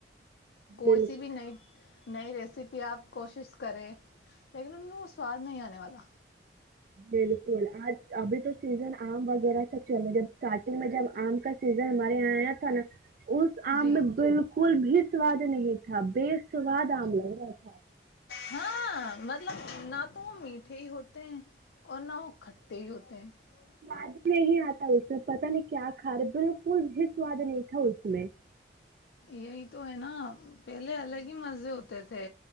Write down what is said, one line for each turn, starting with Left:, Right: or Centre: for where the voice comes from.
Left: کو
Right: بالکل
Left: س بھی نہیں نئی ریسیپی آپ کوشش کرے لیکن ان میں وہ سواد نہیں آنے والا
Right: بالکل آج ابھی تو سیزن آم وغیرہ کا چل رہا ہے جب اسٹارٹنگ میں جب آم کا سیزن ہمارے یہاں آیا تھا نا اس آم
Left: جی
Right: بالکل بھی سواد نہیں تھا بے سواد آم لگ رہا تھا
Left: ہاں مطلب نہ تو وہ میٹھے ہی ہوتے ہیں اور نہ وہ کھٹے ہی ہوتے ہیں <unintelligible>
Right: سواد ہی نہیں آتا اس میں پتا نہیں کیا کھا رہے بالکل بھی سواد نہیں تھا اس میں <unintelligible>
Left: یہی تو ہے نا پہلے الگ ہی مزے ہوتے تھے